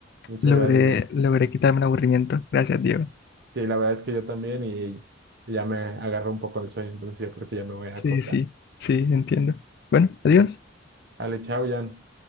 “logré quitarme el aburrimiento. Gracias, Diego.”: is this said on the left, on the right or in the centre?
Left